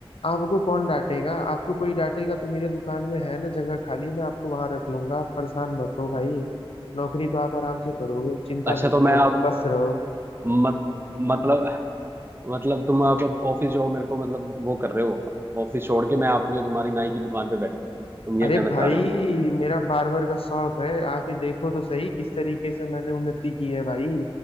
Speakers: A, on the left; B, on the right.
A: आपको कौन डांटेगा आपको कोई डांटेगा तो मेरे दुकान में है ना जगह खाली मैं आपको वहां रख लूंगा आप परेशान मत हो भाई नौकरी तो आप आराम से करोगे चिंता
B: अच्छा
A: ना
B: तो
A: करो
B: मैं
A: आप
B: अब
A: बस रहो
B: मत मतलब मतलब तुम आप अब ऑफिस जॉब मेरे को मतलब वो कर रहे हो आप ऑफिस छोड़ के मैं आप ये तुम्हारी नाई की दुकान पे बैठूं तुम ये
A: अरे
B: कहना
A: भाई
B: चाह रहे हो
A: मेरा बार्बर का शौक है आके देखो तो सही किस तरीके से मैंने उन्नति की है भाई